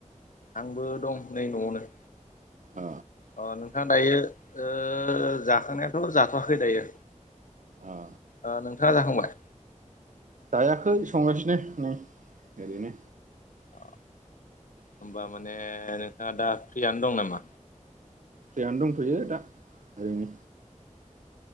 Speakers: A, on the left; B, on the right.
A: आंबो दं नै न'आवनो
B: ओ
A: ओ नोंथां दायो ओ जाखांनायाथ' जाथ'वाखै दायो
B: अ
A: ओ नोंथांआ जाखांबाय
B: जायाखै संगासिनो नै ओरैनो
A: ओ होनबा माने नोंथांआ दा फ्रिआनो दं नामा
B: फ्रिआनो दंथ'यो दा ओरैनो